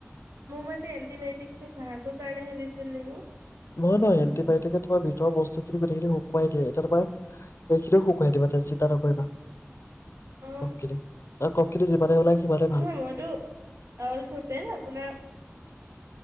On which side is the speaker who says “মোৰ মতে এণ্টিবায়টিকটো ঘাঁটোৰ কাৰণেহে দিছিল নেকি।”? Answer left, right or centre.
Right